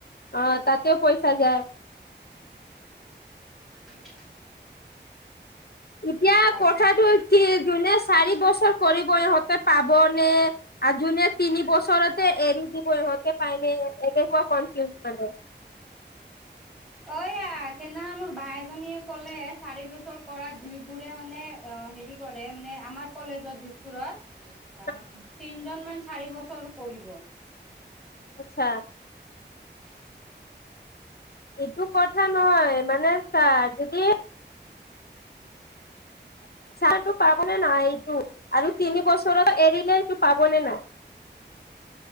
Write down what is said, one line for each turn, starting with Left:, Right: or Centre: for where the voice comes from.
Left: অ তাতেও পইচা যায়,
Centre: <unintelligible>
Left: এতিয়া
Centre: তাকে
Left: কথাটো হ'ল কি, যোনে চাৰি বছৰ কৰি কৰিব ইহঁতে পাবনে, আৰু যোনে তিনি বছৰতে এৰি দিব ইহঁতে পায়নে এনেকুৱা কনফিউজ কৰে।
Centre: অয়া সেইদিনাখন মোৰ বাই এজনীয়ে কলে চাৰি বছৰ কৰা জুইবোৰে মানে। অ হেৰি কৰে মানে আমাৰ কলেজত দিছপুৰত।
Left: <unintelligible>
Centre: অ তিনজন মান চাৰি বছৰ কৰিব।
Left: আচ্ছা।
Centre: উ <inaudible>
Left: এইটো কথা নহয় মানে চা যদিহে - চাহটো পাবনে নাই এইটো আৰু তিনি বছৰৰ এৰিলে এইটো পাব নে নাই?